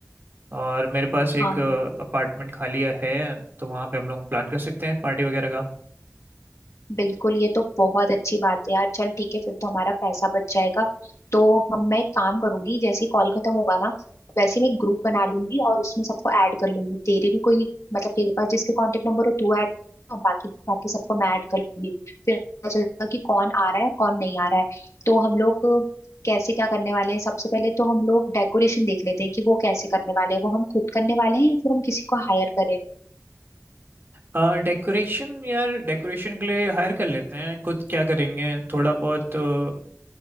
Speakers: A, on the right (about 45°); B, on the left (about 65°).
A: और मेरे पास एक
B: हाँ
A: अपार्टमेंट खाली है तो वहाँ पे हम लोग प्लान कर सकते हैं पार्टी वगैरह का
B: बिल्कुल ये तो बहुत अच्छी बात है यार चल ठीक है फिर तो हमारा पैसा बच जाएगा तो हम मैं एक काम करूंगी जैसे ही कॉल खत्म होगा ना वैसे मैं ग्रुप बना लूंगी और उसमें सबको ऐड कर लूंगी तेरे भी कोई मतलब तेरे पास जिसके कांटेक्ट नंबर हो तू ऐड बाकी बाकी सबको मैं ऐड कर लूंगी फिर पता चलेगा कि कौन आ रहा है कौन नहीं आ रहा है तो हम लोग कैसे क्या करने वाले हैं सबसे पहले तो हम लोग डेकोरेशन देख लेते हैं कि वो कैसे करने वाले हैं वो हम खुद करने वाले हैं या फिर हम किसी को हायर करें
A: आ, डेकोरेशन यार डेकोरेशन के लिए हायर कर लेते हैं कुछ क्या करेंगे थोड़ा बहुत अ,